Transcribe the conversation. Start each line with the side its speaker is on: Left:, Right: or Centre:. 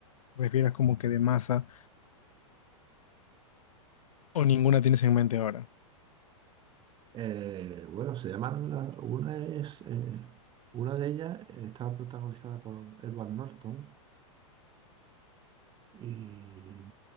Left: refieras como que de masa o ninguna tienes en mente ahora.
Right: Eh, bueno, se llaman la- una es eh, una de ellas estaba protagonizada por Edward Norton y